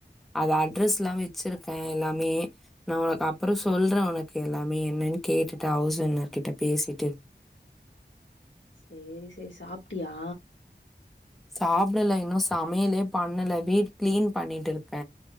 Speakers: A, in the centre; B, on the left.
A: அது அட்ரஸ்லா வெச்சிருக்க எல்லாமே நா ஒனக்கு அப்புறோ சொல்ற ஒனக்கு எல்லாமே என்னன்னு கேட்டுட்டு ஹவுஸ் ஓனர் கிட்ட பேசிட்டு
B: சேரி சேரி சாப்ட்டியா
A: சாப்புடல இன்னோ சமையலே பண்ணல வீடு கிளீன் பண்ணிட்டுருக்க